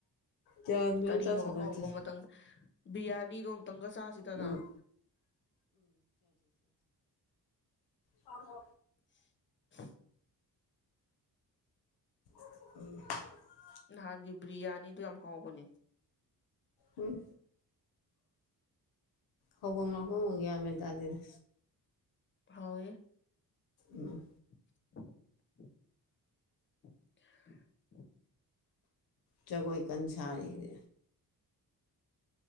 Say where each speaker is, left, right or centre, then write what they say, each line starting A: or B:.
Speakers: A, on the left (about 75°); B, on the left (about 30°).
A: ꯒ꯭ꯌꯥꯟ ꯃꯦꯟ
B: ꯀꯔꯤꯅꯣ
A: ꯇꯥꯁꯜꯂꯛꯇ꯭ꯔꯦ
B: ꯍꯥꯎꯕ ꯑꯃꯇꯪ ꯕꯤꯔꯌꯥꯅꯤꯗꯣ ꯑꯨꯇꯪꯒ ꯆꯥꯁꯤꯗꯅ
A: ꯎꯝ ꯍ ꯍ
B: <inaudible>
A: ꯎꯝ
B: ꯅꯍꯥꯟꯒꯤ ꯕꯤ꯭ꯔꯌꯥꯅꯤꯗꯣ ꯌꯥꯝ ꯍꯥꯎꯕꯅꯦ
A: ꯎꯝ ꯍꯧꯕꯅ ꯍꯒ ꯇꯗꯅꯦ
B: ꯍꯥꯎ
A: ꯎꯝ
B: <inaudible> <inaudible>
A: ꯆꯒꯣꯏ ꯀꯟꯖꯥꯔꯤ ꯔꯦ